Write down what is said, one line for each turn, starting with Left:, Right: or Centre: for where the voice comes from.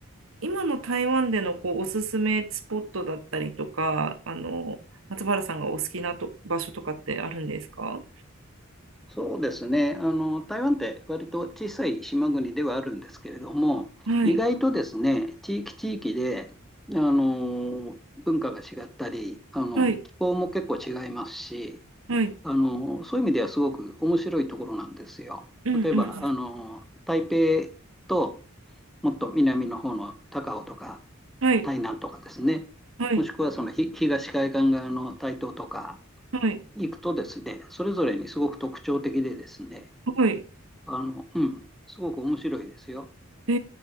Right: 今の台湾でのこうおすすめスポットだったりとか、あの、松原さんがお好きなと場所とかってあるんですか
Centre: そうですね。あの、台湾って割と小さい島国ではあるんですけれども、
Right: はい、
Centre: 意外とですね、地域地域で、あの、文化が違ったり、あの、
Right: はい、
Centre: 気候も結構違いますし、
Right: はい、
Centre: あの、そういう意味ではすごく面白いところなんですよ。
Right: うんうん
Centre: 例えば、あの、台北ともっと南の方の高雄とか
Right: はい、
Centre: 台南とかですね、
Right: はい、
Centre: もしくはそのひ東海岸側の台東とか
Right: はい、
Centre: 行くとですね、それぞれにすごく特徴的でですね、
Right: はい。
Centre: あの、うん、すごく面白いですよ。
Right: え